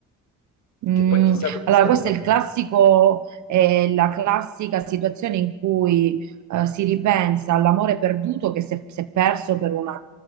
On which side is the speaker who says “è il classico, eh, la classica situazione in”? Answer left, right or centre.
Right